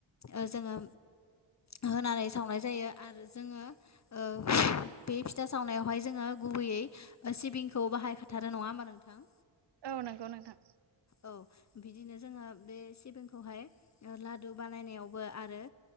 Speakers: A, on the left (about 35°); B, on the right (about 65°).
A: ओ जोङो होनानै सावनाय जायो आरो जोङो ओ बे फिथा सावनायावहाय जोङो गुबैयै सिबिंखौ बाहायखाथारो नङा होमबा नोंथां।
B: औ नंगौ नोंथां।
A: औ बिदिनो जोङो बे सिबिंखौहाय ओ लादु बानायनायावबो आरो